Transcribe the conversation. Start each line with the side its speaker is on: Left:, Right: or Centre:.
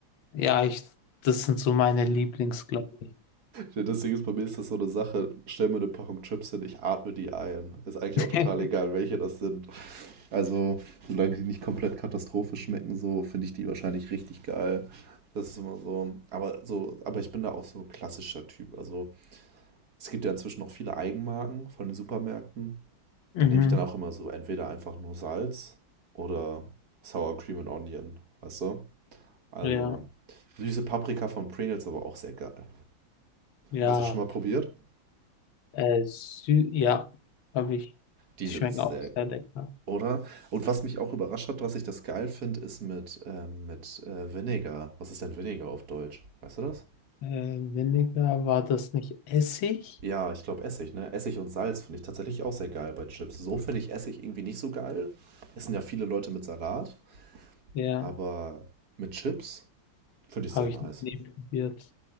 Left: Ja, ich, das sind so meine Lieblings, glaube ich.
Right: Ja, Das Ding ist, bei mir ist das so eine Sache, stell mir eine Packung Chips hin, ich atme die ein. Ist eigentlich
Left: <laughs>
Right: auch total egal, welche das sind. Also, solange die nicht komplett katastrophisch schmecken, so finde ich die wahrscheinlich richtig geil. Das ist immer so. Aber so, aber ich bin da auch so ein klassischer Typ. Also, es gibt ja inzwischen auch viele Eigenmarken von den Supermärkten.
Left: Mhm.
Right: Da nehme ich dann auch immer so entweder einfach nur Salz oder Sour Cream and Onion, weißt du? Also,
Left: Ja,
Right: süße Paprika von Pringles, aber auch sehr geil.
Left: ja.
Right: Hast du das schon mal probiert?
Left: Äh, Sü ja, habe ich.
Right: Die
Left: Die
Right: sind
Left: schmecken
Right: sehr
Left: auch sehr lecker.
Right: Oder? Und was mich auch überrascht hat, was ich das geil finde, ist mit, ähm, mit äh, Vinegar. Was ist denn Vinegar auf Deutsch? Weißt du das?
Left: Äh, Vinegar, war das nicht Essig?
Right: Ja, ich glaube Essig, ne? Essig und Salz finde ich tatsächlich auch sehr geil bei Chips. So finde ich Essig irgendwie nicht so geil. Essen ja viele Leute mit Salat,
Left: Ja,
Right: aber mit Chips finde ich
Left: habe
Right: sehr nice.
Left: ich noch nie probiert.